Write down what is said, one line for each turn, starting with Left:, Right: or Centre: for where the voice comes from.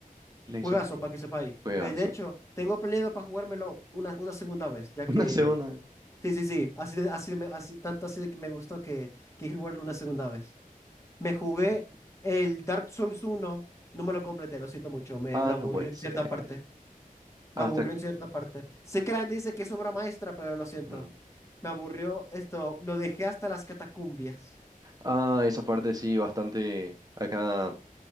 Right: Lies
Left: Juegazo,
Right: of P.
Left: para que sepáis.
Right: Juegazos.
Left: Ve, De hecho, tengo planeado para jugármelo una, una segunda vez,
Right: <laughs>
Left: ya
Right: Una
Left: que.
Right: segunda.
Left: Sí, sí, sí. Así de- así de me- así, tanto así de que me gustó que, que quiero jugarlo una segunda vez. Me jugué
Right: y-
Left: el Dark Souls uno. No me lo completé, lo siento mucho. Me,
Right: Ah,
Left: me aburrió
Right: no puede
Left: en
Right: ser.
Left: cierta parte. Me
Right: Hasta...
Left: aburrió en cierta parte. Sé que la gente dice que es obra maestra, pero lo siento.
Right: mm.
Left: Me aburrió esto. Lo dejé hasta las catacumbias.
Right: Ah, esa parte sí, bastante... Acá